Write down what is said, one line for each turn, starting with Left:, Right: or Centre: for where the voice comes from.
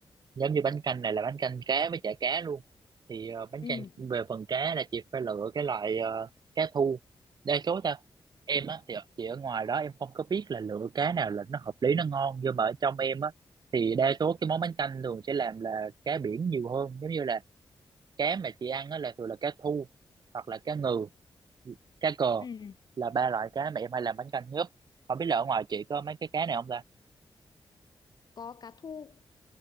Right: giống như bánh canh này là bánh canh cá với chả cá luôn, thì ờ, bánh
Left: ừ
Right: canh về phần cá là chị phải lựa cái loại ờ, cá thu, đa số ta em á thì ở- chị ở ngoài đó em không có biết là lựa cá nào là nó hợp lý nó ngon, nhưng mà ở trong em á thì đa số cái món bánh canh thường sẽ làm là cá biển nhiều hơn, giống như là cá mà chị ăn á là thường là cá thu hoặc là cá ngừ cá cờ
Left: ừ
Right: là ba loại cá mà em hay làm bánh canh nhất không biết là ở ngoài chị có mấy cái cá này không ta
Left: Có cá thu